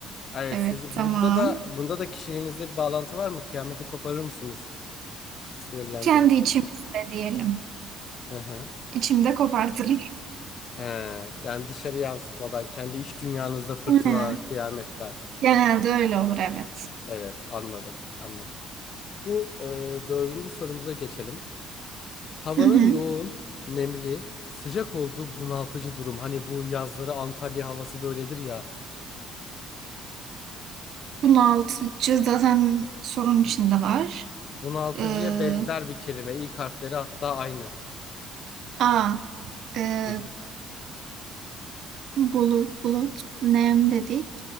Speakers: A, on the left; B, on the right.
A: Evet
B: Evet
A: siz
B: tamam.
A: bunda da bunda da kişiliğinizde bir bağlantı var mı? Kıyameti koparır mısınız sinirlendiğinizde?
B: Kendi içimizde diyelim.
A: Hı hı.
B: İçimde kopartırım.
A: He, yani dışarı yansıtmadan kendi iç dünyanızda fırtınalar,
B: Aynen.
A: kıyametler.
B: Genelde öyle olur evet.
A: Evet, anladım, anladım. Bu e, dördüncü sorumuza geçelim. Havanın
B: Hı hı.
A: yoğun, nemli, sıcak olduğu bunaltıcı durum. Hani bu yazları Antalya havası böyledir ya.
B: Bunaltıcı zaten sorun içinde var.
A: Bunaltıcıya
B: Ee,
A: benzer bir kelime. İlk harfleri hatta aynı.
B: a e,
A: Hı hı.
B: bulut bulut nem dedik.